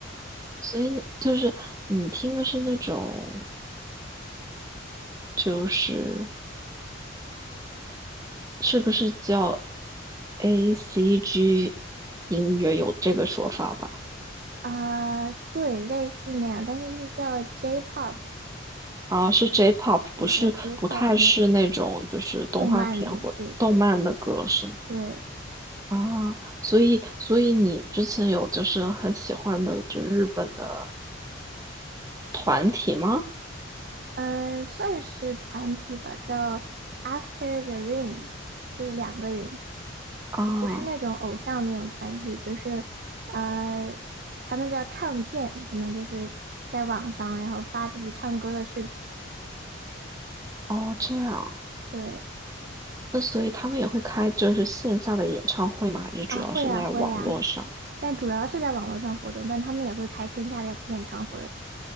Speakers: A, on the right; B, on the right.
A: 所以就是你听的是那种就是是不是叫 ACG 音乐有这个说法吧？
B: 呃，对，类似那样，但是是叫 J-pop，
A: 啊，是 J-pop，
B: 对，
A: 不是不太是那种就是动画片或动漫的歌是吗？
B: 叫 J-pop 那种动漫的剧，对对，
A: 啊，所以所以你之前有就是很喜欢的就日本的团体吗？
B: 呃，算是团体吧，叫 After the Rain，就是两个人，
A: 啊，
B: 就不是那种偶像那种团体，就是呃，他们叫唱见，可能就是在网上然后发自己唱歌的视频。
A: 哦这样，
B: 对，
A: 那所以他们也会开就是线下的演唱会吗？还是主要是在网络上？
B: 啊，会呀，会呀，但主要是在网络上活动，但他们也会开线下的演唱会。